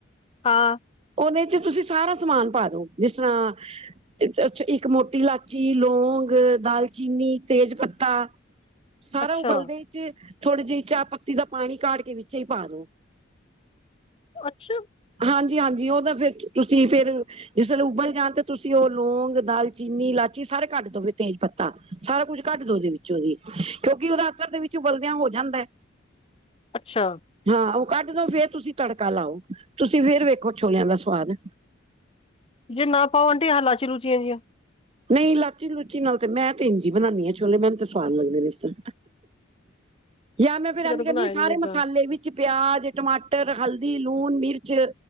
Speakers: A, on the left; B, on the right.
A: ਹਾਂ।
B: ਉਹਦੇ ਚ ਤੁਸੀਂ ਸਾਰਾ ਸਮਾਨ ਪਾ ਦੋ ਜਿਸ ਤਰ੍ਹਾਂ <unintelligible> ਇੱਕ ਮੋਟੀ ਲਾ ਚੀ, ਲੋਂਂਗ, ਦਾਲਚੀਨੀ, ਤੇਜ-ਪੱਤਾ ਸਾਰਾ
A: ਅੱਛਾ
B: ਉਬਲਦੇ ਵਿੱਚ ਥੋੜ੍ਹੀ ਜੀ ਚਾਹ ਪੱਤੀ ਦਾ ਪਾਣੀ ਕਾਢ ਕੇ ਵਿੱਚੇ ਈ ਪਾ ਦੋ।
A: ਅੱਛਾ।
B: ਹਾਂਜੀ-ਹਾਂਜੀ, ਉਹ ਤਾਂ ਫੇਰ, ਤੁਸੀਂ ਫੇਰ ਜਿਸ ਵੇਲੇ ਉਬਲ ਜਾਣ ਤੇ ਤੁਸੀਂ ਉਹ ਲੌਂਗ, ਦਾਲਚੀਨੀ, ਲਾ ਚੀ ਸਾਰੇ ਕੱਟ ਦੋਵੇ ਤੇਜ-ਪੱਤਾ, ਸਾਰਾ ਕੁੱਝ ਕੱਟ ਦੋ ਓਦੇ ਵਿੱਚੋਂ ਦੀ ਕਿਉਂਕਿ ਉਹਦਾ ਅਸਰ ਦੇ ਵਿੱਚ ਵਿੱਚ ਉਬਾਲਦੀਆਂ ਹੋ ਜਾਂਦਾ ਐ।
A: ਅੱਛਾ।
B: ਹਾਂ ਉਹ ਕੱਢ ਦੋ ਫੇਰ ਤੁਸੀਂ ਤੜਕਾ ਲਾਓ, ਤੁਸੀਂ ਫੇਰ ਵੇਖੋ ਛੋਲਿਆਂ ਦਾ ਸਵਾਦ।
A: ਜੇ ਨਾ ਪਾਓ ਆਂਟੀ ਆਹ ਇਲਾਚੀ ਲੂਚੀਆਂ ਜਹੀਆਂ।
B: ਨਹੀਂ ਲਾਚੀ ਲੂਚੀ ਨਾਲ ਤੇ ਮੈਂ ਤੇ ਇੰਜ ਹੀ ਬਣਾਣੀ ਆ ਛੋਲੇ, ਮੈਨੂੰ ਤੇ ਸਵਾਦ ਲੱਗਦੇ ਨੇ ਇਸ ਤਰ। ਜਾਂ
A: ਅਸੀਂ
B: ਮੈਂ ਫੇਰ ਐਜ
A: ਕਦੇ ਬਣਾਏ
B: ਕਹਨੀ ਸਾਰੇ
A: ਨੀ ਏਦਾਂ
B: ਮਸਾਲੇ ਵਿਚ ਪਿਆਜ, ਟਮਾਟਰ, ਹਲਦੀ, ਲੂਣ, ਮਿਰਚ,